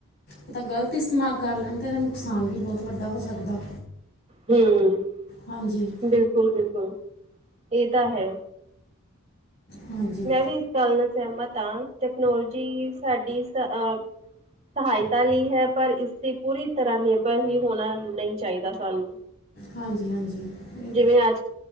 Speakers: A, on the left (about 55°); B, on the right (about 35°).
A: ਏਹਦਾ ਗ਼ਲਤ ਇਸਤੇਮਾਲ ਕਰ ਲੈਣ ਤਾਂ ਏਦਾ ਨੁਕਸਾਨ ਵੀ ਬਹੁਤ ਵੱਡਾ ਹੋ ਸਕਦਾ।
B: ਹੂੰ
A: ਹਾਂਜੀ
B: ਬਿਲਕੁਲ-ਬਿਲਕੁਲ ਏ ਤਾਂ ਹੈ।
A: ਹਾਂਜੀ
B: ਮੈਂ ਵੀ ਏਸ ਗੱਲ ਨਾ ਸਹਿਮਤ ਆ, ਟੈਕਨੋਲੋਜੀ ਸਾਡੀ ਅ ਅਹ ਸਹਾਇਤਾ ਲਈ ਹੈ। ਪਰ ਇਸਤੇ ਪੂਰੀ ਤਰ੍ਹਾਂ ਨਿਰਭਰ ਵੀ ਹੋਣਾ ਨਈ ਚਾਈਦਾ ਸਾਨੂੰ
A: ਹਾਂਜੀ-ਹਾਂਜੀ ਤੇ
B: ਜਿਵੇਂ ਅੱਜ